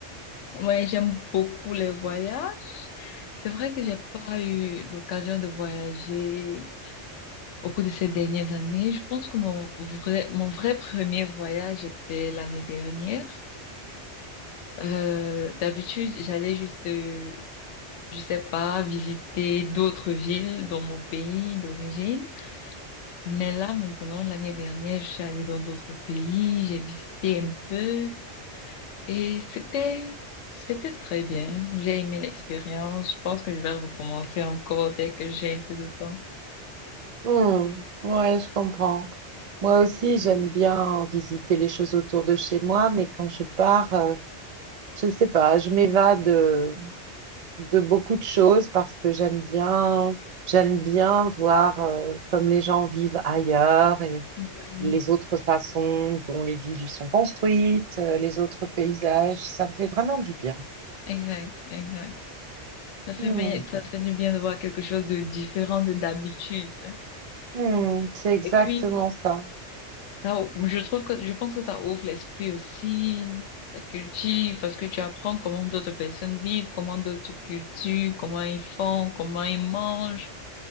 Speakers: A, on the left; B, on the right.
A: Ouais, j'aime beaucoup les voyages. C'est vrai que j'ai pas eu l'occasion de voyager au cours de ces dernières années. Je pense que mon vrai, mon vrai premier voyage était l'année dernière. Euh, d'habitude, j'allais juste, euh, je sais pas, visiter d'autres villes dans mon pays d'origine. Mais là, maintenant, l'année dernière, je suis allée dans d'autres pays, j'ai visité un peu et c'était, c'était très bien. J'ai aimé l'expérience. Je pense que je vais recommencer encore dès que j'ai un peu de temps.
B: Hmm, ouais, je comprends. Moi aussi, j'aime bien visiter les choses autour de chez moi, mais quand je pars, euh, je ne sais pas, je m'évade, euh, de beaucoup de choses parce que j'aime bien, j'aime bien voir euh, comme les gens vivent ailleurs et
A: Oui,
B: les autres façons dont les villes sont construites, euh, les autres paysages. Ça me fait vraiment du bien.
A: exact, exact. Ça fait,
B: Hmm,
A: bien- ça fait du bien de voir quelque chose de différent de d'habitude.
B: hmm, c'est exactement
A: Et puis,
B: ça.
A: ça, ou- je trouve que, je pense que ça ouvre l'esprit aussi, ça cultive, parce que tu apprends comment d'autres personnes vivent, comment d'autres cultures, comment ils font, comment ils mangent,